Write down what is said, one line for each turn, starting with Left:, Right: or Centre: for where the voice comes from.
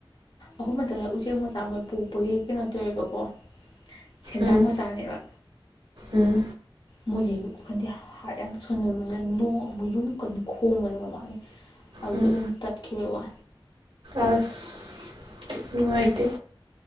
Left: ꯑꯍꯨꯝ ꯃꯇꯝꯊꯗ ꯎꯆꯦꯛ ꯃꯆꯥ ꯃꯣꯏ ꯄꯣꯛꯄꯒꯤ ꯀꯩꯅꯣ ꯇꯧꯋꯦꯕꯀꯣ ꯁꯦꯟꯗꯥꯡ
Right: ꯎꯝ
Left: ꯃꯆꯥꯅꯦꯕ
Right: ꯎꯝ
Left: ꯃꯣꯏꯗ ꯑꯩꯗꯗꯤ ꯍꯥꯔꯠ ꯌꯥꯝ ꯁꯪꯒꯕꯅꯤꯅ ꯅꯣꯡ ꯑꯃꯨꯛ ꯌꯨꯝ ꯀꯟꯅ ꯈꯣꯡꯕꯗ ꯃꯃꯥꯡꯒꯤ ꯑꯗꯨ
Right: ꯎꯝ
Left: ꯑꯗꯨ ꯇꯠꯀꯤꯈꯤꯕ ꯋꯥ
Right: ꯑꯁ ꯅꯨꯡꯇ